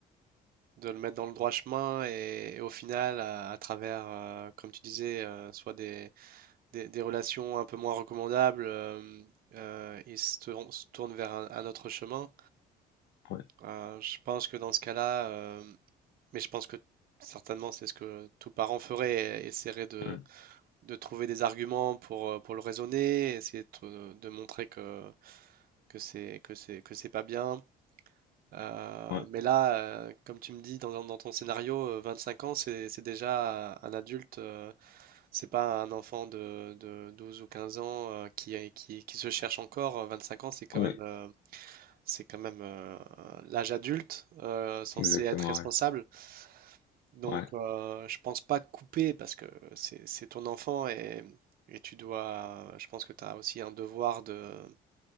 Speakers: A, on the right (about 60°); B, on the left (about 80°).
A: de le mettre dans le droit chemin. Et, et au final, à, à travers, euh, comme tu disais, euh, soit des, des, des relations un peu moins recommandables, euh, euh, ils se tournent, se tournent vers un, un autre chemin.
B: ouais,
A: Euh, je pense que dans ce cas-là, euh, mais je pense que certainement c'est ce que tout parent ferait, essaierait de
B: ouais,
A: trouver des arguments pour, euh, pour le raisonner, essayer de, tr- de montrer que, que c'est que c'est que c'est pas bien. Euh,
B: ouais,
A: mais là, euh, comme tu me dis dans, dans ton scénario, euh, cinq ans, c'est c'est déjà un adulte, euh, c'est pas un enfant de, de 12 ou 15 ans euh, qui, est- qui, qui se cherche encore. Euh, cinq ans, c'est quand
B: ouais,
A: même, euh, c'est quand même euh, l'âge adulte euh, censé
B: exactement,
A: être responsable.
B: ouais,
A: Donc,
B: ouais.
A: euh, je pense pas couper parce que c'est c'est ton enfant et, et tu dois, je pense que tu as aussi un devoir de